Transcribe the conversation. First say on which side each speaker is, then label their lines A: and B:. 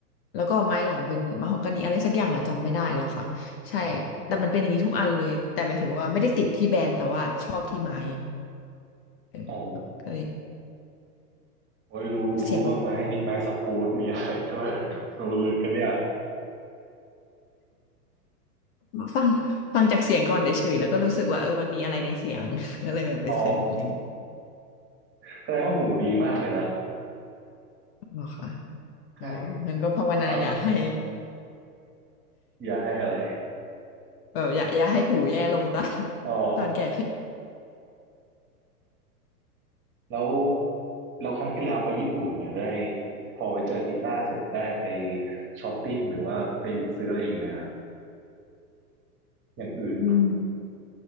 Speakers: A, on the left; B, on the right.
A: แล้วก็ไม้หลังเป็นมะฮอกกานีอะไรสักอย่างอะจำไม่ได้แล้วค่ะใช่แต่มันเป็นอย่างนี้ทุกอันเลยแต่หมายถึงว่าไม่ได้ติดที่แบรนด์แต่ว่าชอบที่ไม้
B: อ๋อ
A: เออ
B: อ๋อ
A: ก็เลย
B: โอ้ยรู้รู้รู้ว่าไม้นี้ไม้สปูดมีอะไรด้วย
A: เสียงมัน
B: <laughs> รู้ลึกกันเนี่ย
A: ฟังฟังจากเสียงก่อนเฉยๆแล้วก็รู้สึกว่าเออมันมีอะไรในเสียง <laughs> ก็เลยแบบไปเสิร์ชอะไรอย่างเงี้ย
B: อ๋อแสดงว่าหูดีมากเลยนะ
A: หรอกค่ะ
B: ใช่
A: อ๋องั้นก็ภาวนาอย่าให้
B: ฟังอย่าให้อะไร
A: แบบอย่าอย่าให้หูแย่ลงตอน
B: อ๋อ
A: <laughs> ตอนแก่ขึ้น
B: แล้วเราครั้งที่แล้วไปญี่ปุ่นเนี่ยได้พอไปเจอกีตาร์เสร็จได้ไปช้อปปิ้งหรือว่าไปซื้ออะไรอีกนะฮะอย่างอื่น
A: อืม